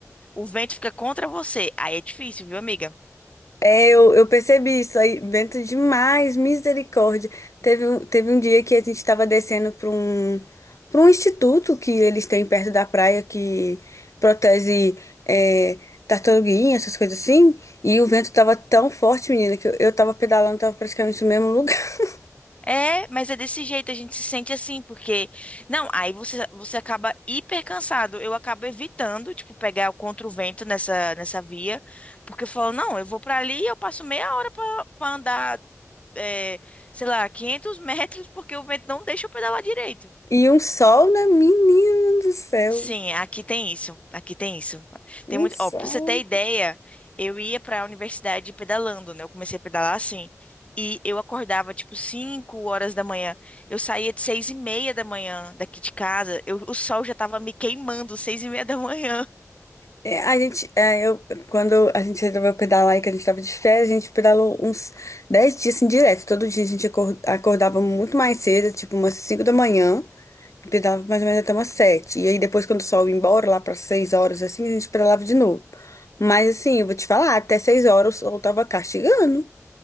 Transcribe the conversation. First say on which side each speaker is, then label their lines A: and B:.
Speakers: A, on the left; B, on the left.
A: o vento fica contra você. Aí é difícil, viu, amiga?
B: É, eu, eu percebi isso aí, vento demais, misericórdia. Teve um, teve um dia que a gente estava descendo para um, para um instituto que eles têm perto da praia que protege é, tartaruguinha, essas coisas assim. E o vento estava tão forte, menina, que eu, eu tava pedalando, tava praticamente no mesmo lugar. <laughs>
A: É, mas é desse jeito, a gente se sente assim, porque. Não, aí você, você acaba hiper cansado. Eu acabo evitando, tipo, pegar o contra o vento nessa, nessa via, porque eu falo, não, eu vou pra ali e eu passo meia hora pra pra andar, é, sei lá, 500 metros, porque o vento não deixa eu pedalar direito.
B: E um sol, né, menina do céu?
A: Sim, aqui tem isso. Aqui tem isso.
B: Um
A: Tem muito.
B: sol.
A: Ó, pra você ter ideia, eu ia pra universidade pedalando, né? Eu comecei a pedalar assim. E eu acordava tipo 5 horas da manhã. Eu saía de seis e meia da manhã daqui de casa. Eu, o sol já tava me queimando, seis e meia da manhã.
B: É, a gente, é, eu, quando a gente resolveu pedalar e que a gente tava de férias, a gente pedalou uns 10 dias assim, direto. Todo dia a gente acor- acordava muito mais cedo, tipo umas 5 da manhã, e pedalava mais ou menos até umas sete E aí depois, quando o sol ia embora, lá para 6 horas, assim, a gente pedalava de novo. Mas assim, eu vou te falar, até 6 horas o sol tava castigando.